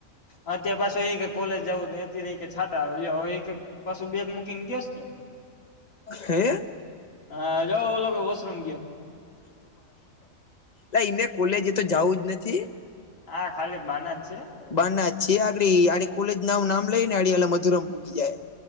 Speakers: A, on the left; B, on the left.
A: હા અત્યારે પાછું એ કે કોલેજ જવું અત્યારે એ કે છાટા આવે પાછું બેગ મૂકીને દયોસ ને
B: હે <unintelligible>
A: હા જાઓ ઓલોગ વશ્રમ ગયો
B: એટ એને કોલેજે તો જવું જ નથી
A: હા ખાલી બના જ છે
B: બાર ના છે આગડી આડી કોલેજ નાું નામ લઈ ને આડી એ મધુરમ પૂગી જાય